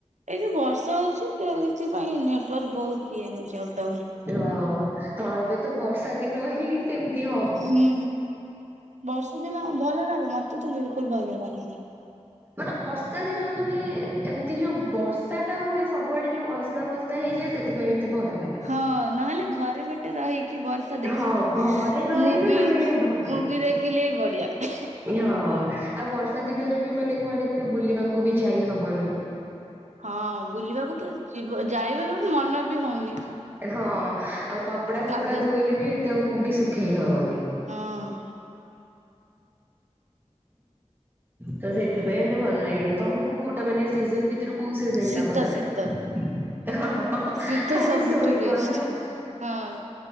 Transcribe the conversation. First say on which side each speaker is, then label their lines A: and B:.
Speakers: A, on the right; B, on the right.
A: ଏଇ ଯୋଉ ବର୍ଷା ହଉଛି ସେଇଥିପାଇଁ ନେଟୱାର୍କ ବହୁତ ଇଏ ରହୁଛି ବହୁତ୍ ଅପଡାଉନୁ।
B: ହଁ ହଁ ଏବେ ତ ବର୍ଷା ଦିନ ହିଁ ସେମିତି ହ
A: ହୁଁ ବର୍ଷା ଦିନ ଭଲ ଲାଗେ ମତେ ତ ବିଲକୁଲ ଭଲ ଲାଗେନି।
B: ମାନେ ବର୍ଷା ଦିନ ମାନେ ଏମିତି ଯୋଉ ବର୍ଷା ଟା ହୁଏ ସବୁଆଡେ ଯୋଉ ଅସ୍ନା ମସ୍ନା ନାଇଁ ହେଇ ଯାଏ ସେଥିପାଇଁ ଏତେ ଭଲ ଲାଗେ
A: ହଁ
B: ନା
A: ନହେଲେ ଘରେ ଗୋଟେ ରହିକି ବସ ଦେଖିକି
B: ହଁ ଘରେ ରହିଲେ
A: ମୁଭି
B: ମାନେ ଭଲ
A: ମୁଭି
B: ଲାଗେ।
A: ଦେଖିଲି ବଢିଆ ଲା
B: ହଁ ଆଉ ବର୍ଷା ଦିନରେ ବି ମାନେ କୁଆଡେ ଏତେ ବୁଲିବାକୁ ବି ଯାଇ ହବନି।
A: ହଁ ବୁଲିବାକୁ ତ ଯିବ ଯାଇବି ହଉନି ମନ ବି ହଉନି।
B: ହଁ ଆଉ କପଡା ଫପଡା
A: କାଦଉ
B: ଧୋଇଲେ ବି ଏତେ ଆଉ କୋଉଠି ଶୁଖେଇ ହବନି।
A: ହଁ
B: ତ ସେଥିପାଇଁ ଏମିତି ଭଲ ଲାଗେନି ତମକୁ କୋଉଟା ମାନେ ସିଜିନ ଭିତରୁ କୋଉ ସିଜିନ
A: ଶୀତ
B: ଟା ଭଲ
A: ଶୀତ
B: ଲାଗେ? ହଁ
A: ଶୀତ
B: ଖାଲି
A: ସବୁଠୁ
B: ଶୋଇବ
A: ବେଷ୍ଟ
B: ନା
A: ହଁ।